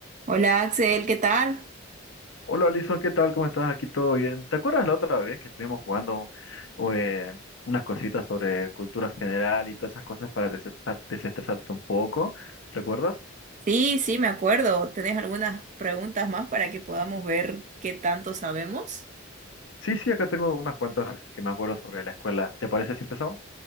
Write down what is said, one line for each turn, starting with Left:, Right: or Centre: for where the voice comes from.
Right: Hola Axel, ¿qué tal?
Left: Hola, Alison, ¿qué tal? ¿Cómo estás? Aquí todo bien. ¿Te acuerdas la otra vez que estuvimos jugando eh, unas cositas sobre cultura general y todas esas cosas para desestresar- desestresarte un poco? ¿Recuerdas?
Right: Sí, sí, me acuerdo. ¿Tenés algunas preguntas más para que podamos ver qué tanto sabemos?
Left: Sí, sí, acá tengo unas cuantas que me acuerdo sobre la escuela. ¿Te parece si empezamos?